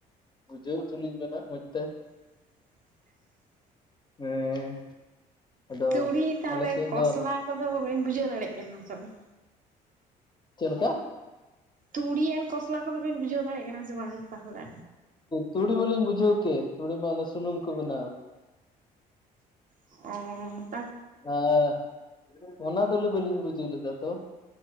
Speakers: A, on the left; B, on the right.
A: ᱵᱩᱡᱷᱟᱹᱣ ᱦᱚᱪᱚᱞᱤᱧ ᱵᱮᱱ ᱦᱟᱸᱜ ᱢᱚᱡᱽ ᱛᱮ᱾
B: <inaudible>
A: ᱦᱮᱸ ᱟᱫᱚ
B: ᱛᱩᱲᱤ ᱛᱟᱦᱚᱞᱮ,
A: ᱟᱞᱮ ᱥᱮᱫ
B: ᱠᱚᱥᱞᱟ
A: ᱫᱚ
B: ᱠᱚᱫᱚ ᱵᱤᱱ ᱫᱟᱲᱮᱜ ᱠᱟᱱᱟ ᱥᱮ ᱵᱟᱝ᱾
A: ᱪᱮᱫ ᱞᱮᱠᱟ?
B: ᱛᱩᱲᱤ ᱟᱨ ᱠᱷᱚᱥᱞᱟ ᱠᱚᱫᱚ ᱵᱤᱱ ᱵᱩᱡᱷᱟᱹᱣ ᱫᱟᱲᱮᱜ ᱠᱟᱱᱟ ᱥᱮ ᱵᱟᱝ ᱛᱟᱦᱚᱞᱮ?
A: ᱛᱩᱲᱤ ᱢᱟᱞᱤᱧ ᱵᱩᱡᱷᱟᱹᱣ ᱠᱮᱫ, ᱛᱩᱲᱤ ᱢᱟ ᱚᱱᱮ ᱥᱩᱱᱩᱢ ᱠᱚ ᱵᱮᱱᱟᱣᱟ᱾
B: <unintelligible>
A: ᱟᱸ ᱚᱱᱟ ᱫᱚᱞᱮ ᱵᱟᱹᱞᱤᱧ ᱵᱩᱡᱟᱹ ᱞᱮᱫᱟ ᱛᱚ᱾